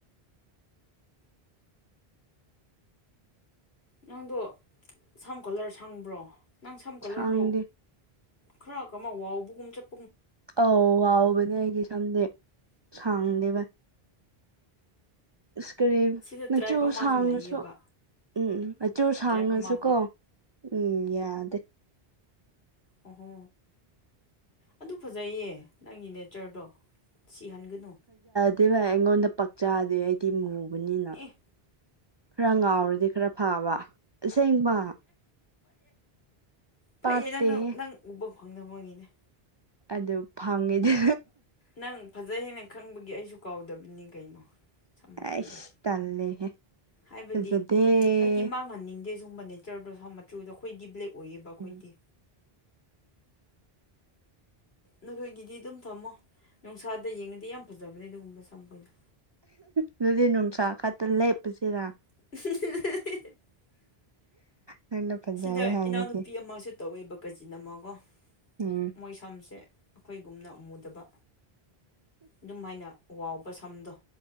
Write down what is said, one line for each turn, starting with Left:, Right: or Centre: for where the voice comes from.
Left: ꯅꯪꯗꯣ ꯁꯝ ꯀꯂꯔ ꯁꯪꯕ꯭ꯔꯣ ꯅꯪ ꯁꯝ ꯀꯂꯔꯗꯣ
Right: ꯁꯥꯡꯗꯦ
Left: ꯈꯔ ꯑꯃ ꯋꯥꯎꯕꯒꯨꯝ ꯆꯠ
Right: ꯑꯧ ꯋꯥꯎꯕꯅꯦ ꯑꯩꯗꯤ ꯁꯝꯗꯤ ꯁꯥꯡꯗꯦꯕ ꯑꯁ ꯀꯔꯤ
Left: ꯁꯤꯗ
Right: ꯃꯆꯨ
Left: ꯇ꯭ꯔꯥꯏꯞ ꯑꯃꯁꯨ
Right: ꯁꯥꯡꯉꯁꯨ
Left: ꯂꯩꯌꯦꯕ
Right: ꯎꯝ ꯎꯝ ꯃꯆꯨ ꯁꯥꯡꯉꯁꯨ
Left: ꯇ꯭ꯔꯥꯏꯞ ꯑꯃ
Right: ꯀꯣ ꯎꯝ ꯌꯥꯗꯦ
Left: ꯑꯣꯍꯣ ꯑꯗꯨ ꯐꯖꯩꯌꯦ ꯅꯪꯒꯤ ꯅꯦꯆꯔꯗꯣ ꯁꯤꯍꯟꯒꯅꯨ
Right: ꯑꯗꯨ ꯚꯥꯏ ꯑꯩꯉꯣꯟꯗ ꯄꯥꯛꯆꯥꯗꯤ ꯑꯩꯗꯤ ꯃꯨꯕꯅꯤꯅ
Left: ꯑꯦ
Right: ꯈꯔ ꯉꯥꯎꯔꯗꯤ ꯈꯔ ꯐꯕ ꯑꯁꯦꯡꯕ
Left: ꯐꯩꯌꯦ
Right: ꯄꯥꯛꯇꯦꯍꯦ
Left: ꯅꯪꯅ ꯅꯪ ꯎꯕ ꯐꯪꯗꯅꯕꯒꯤꯅꯦ
Right: ꯑꯗꯨ ꯐꯪꯉꯤꯗ
Left: ꯅꯪ ꯐꯖꯩ ꯍꯥꯏꯅ ꯈꯪꯕꯒꯤ ꯑꯩꯁꯨ ꯀꯥꯎꯗꯕꯅꯤ ꯀꯩꯅꯣ ꯁꯝ ꯃꯆꯨꯗꯣ
Right: ꯑꯁ ꯇꯜꯂꯦꯍꯦ
Left: ꯍꯥꯏꯕꯗꯤ
Right: ꯐꯖꯗꯦ
Left: ꯑꯩꯗꯤ ꯃꯥꯡꯍꯟꯅꯤꯡꯗꯦ ꯒꯨꯝꯕ ꯅꯦꯆꯔꯗꯣ ꯃꯆꯨꯗꯣ ꯈꯣꯏꯗꯤ ꯕ꯭ꯂꯦꯛ ꯑꯣꯏꯌꯦꯕ ꯈꯣꯏꯗꯤ
Right: ꯎꯝ
Left: ꯅꯈꯣꯏꯒꯤꯗꯤ ꯑꯗꯨꯝ ꯊꯝꯃꯣ ꯅꯨꯡꯁꯥꯗ ꯌꯦꯡꯉꯗꯤ ꯌꯥꯝ ꯐꯖꯕꯅꯦ ꯑꯗꯨꯒꯨꯝꯕ ꯁꯝ ꯈꯣꯏꯗꯣ
Right: ꯑꯗꯨꯗꯤ ꯅꯨꯡꯁꯥ ꯈꯠꯇ ꯂꯦꯞꯄꯁꯤꯔ
Left: <inaudible>
Right: ꯅꯪꯅ ꯐꯖꯩ
Left: ꯁꯤꯗ
Right: ꯍꯥꯏꯕꯒꯤ
Left: ꯏꯅꯥꯎꯅꯨꯄꯤ ꯑꯃꯁꯨ ꯇꯧꯋꯦꯕ ꯀꯥꯆꯤꯟ ꯑꯃꯀꯣ
Right: ꯎꯝ
Left: ꯃꯣꯏ ꯁꯝꯁꯦ ꯈꯣꯏꯒꯨꯝꯅ ꯑꯃꯃꯨꯗꯕ ꯑꯗꯨꯝ ꯍꯥꯏꯅ ꯋꯥꯎꯕ ꯁꯝꯗꯣ